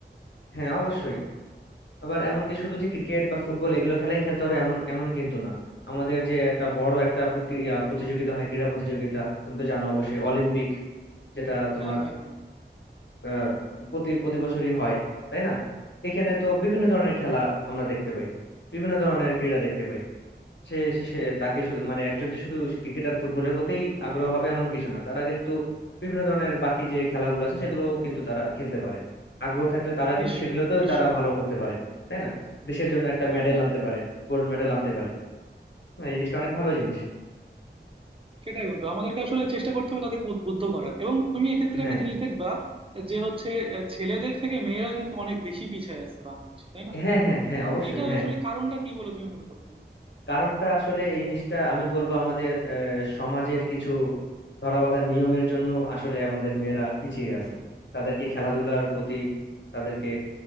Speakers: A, on the left (about 75°); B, on the right (about 30°).
A: হ্যাঁ অবশ্যই আবার এমনকি শুধু যে ক্রিকেট বা ফুটবল এগুলো খেলাই খেলতে হবে এমন এমন কিন্তু না আমাদের যে একটা বড় একটা প- ক্রি- আহ, প্রতিযোগিতা হয় ক্রীড়া প্রতিযোগিতা তুমি তো জানো অবশ্যই অলিম্পিক যেটা তোমার
B: হ্যাঁ হ্যাঁ হ্যাঁ
A: আহ, প্রতি প্রতি বছরই হয় তাই না এখানে তো বিভিন্ন ধরনের খেলা আমরা দেখতে পাই বিভিন্ন ধরনের ক্রীড়া দেখতে পাই সে সে- সে তাকে শুধু- মানে একজন যে শুধু ক্রিকেট আর ফুটবলের প্রতিই আগ্রহ হবে এমন কিছু না তারা কিন্তু বিভিন্ন ধরনের বাকি যে খেলাগুলো আছে সেগুলো কিন্তু তারা খেলতে পারে আগ্রহ থাকলে তারা কিন্তু
B: নিশ্চয়ই
A: সেগুলোতেও
B: বন্ধু নিশ্চয়ই
A: তারা ভালো করতে পারে তাই না দেশের জন্য একটা মেডেল আনতে পারে গোল্ড মেডেল আনতে পারে হ্যাঁ, এই জিনিসটা অনেক ভালো জিনিস
B: সেটাই বন্ধু আমাদেরকে আসলে চেষ্টা করতে হবে তাদেরকে উদ্বুদ্ধ করার এবং তুমি এক্ষেত্রে
A: হ্যাঁ
B: একটা জিনিস দেখবা যে হচ্ছে আহ, ছেলেদের থেকে মেয়েরা কিন্তু অনেক বেশি পিছিয়ে আছে বাংলাদেশে তাই না
A: হ্যাঁ হ্যাঁ হ্যাঁ অবশ্যই
B: এটার
A: হ্যাঁ
B: আসলে কারণটা কি বলে তুমি মনে করো
A: কারণটা আসলে এই জিনিসটা আমি বলবো আমাদের আহ, সমাজের কিছু ধরাবাঁধা নিয়মের জন্য আসলে আমাদের মেয়েরা পিছিয়ে আছে তাদেরকে খেলাধুলার প্রতি তাদেরকে